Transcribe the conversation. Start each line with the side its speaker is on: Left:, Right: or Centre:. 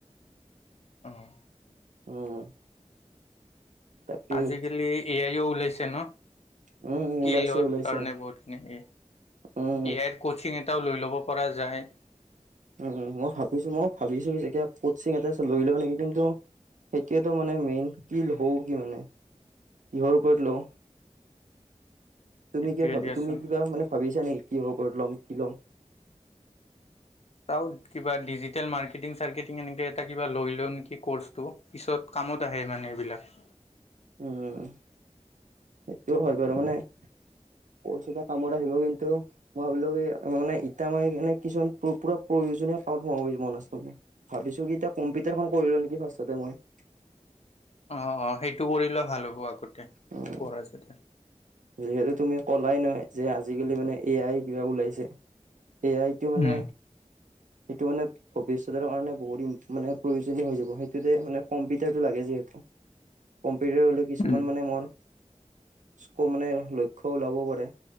Left: উম।
Right: উম তাকেই
Left: আজিকালি এ আইও ওলাইছে ন
Right: উম,
Left: স্কিলৰ
Right: উম, ওলাইছে ওলাইছে
Left: কাৰণে বহুতখিনি ইয়াইৰ
Right: উম,
Left: কচিং এটাও লৈ ল'ব পৰা যায়
Right: উম মই ভাবিছো মই ভাবিছো যে এতিয়া কচিং এটা লৈলেও নেকি কিন্তু সেইটয়েতো মানে মেইন কি লওঁ কি মানে কিহৰ ওপৰত লওঁ তুমি
Left: সেইটোৱে
Right: কিয় ভাবি
Left: দিয়াচোন।
Right: তুমি কিবা মানে ভাবিছা নেকি কি হব কৰি ল'ম কি ল'ম
Left: চা কিবা ডিজিটেল মাৰ্কেটিং সৰ্কেটিন এটা কিবা লৈ লও নেকি কামত আহে মানে এইবিলাক
Right: উমঁ সেইটো হয় বাৰু মানে- <unintelligible> কামত আহিব কিন্তু। মই ভাবিলো কি মই মানে এতিয়া মই কিছুমান <unintelligible> দুইজনে কামত সোমাব মন আছে মানে। ভাবিছো কি এতিয়া কম্পিউটাৰ খন কৰি লও নেকি ফাস্ততে মই। <unintelligible>
Left: অঁ অঁ সেইটো কৰিলে ভাল হ'ব আগতে
Right: উম,
Left: কৰা যদি।
Right: যিহেতু তুমি কলাই নহয়- যে আজিকালি মানে এ আই কিবা ওলাইছে। এ আই টো মানে
Left: উম
Right: সেইটো মানে ভৱিষ্যতৰ কাৰণে বহুত মানে ইম প্ৰয়োজনীয় হৈ যাব। সেইটোতে মানে কম্পিউটাৰটো লাগে। কম্পিউটাৰ হ'লে কিছুমান
Left: উম
Right: মানে মোৰ- <unintelligible> লক্ষ্য ওলাব পাৰে